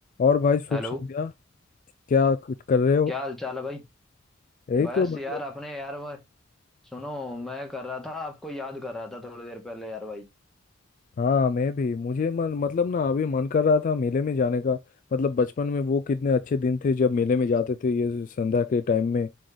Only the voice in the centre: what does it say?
Hello
क्या हाल चाल है भाई
बस
यार अपने यार वो सुनो मैं कर रहा था आपको याद कर रहा था थोड़ी देर पहले यार भाई